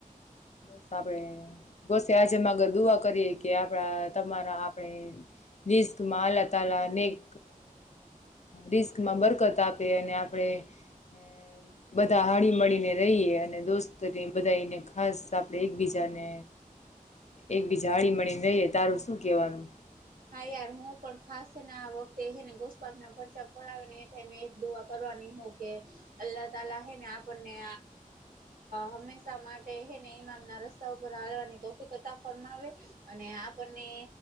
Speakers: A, on the left; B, on the right.
A: બસ આપડે ગોસે આજેમાં આગર દુઆ કરીએે કે આપણા તમારા આપણે રિસ્કમાં લ તલા નેક રિસ્કમાં બરકત આપે અને આપડણે અ બધા હાડી મળીને રહીએ અને દોસ્તને બધા એને ખાસ આપણે એકબીજાને એકબીજા હળી મળીને રઈએ તારું શું કેવાનું?
B: હા યાર હું પણ ખાસને આ વખતેને ગોસ્પાક ના પચા પડાવે ને એ ટાઈમે દુઆ કર. કે અલ્લાહ તલા હ ને આપણને હંમેશા માટે હ ન રસ્તા ઉપ હવાની તોફતા ફરમાવે, અને આપનેને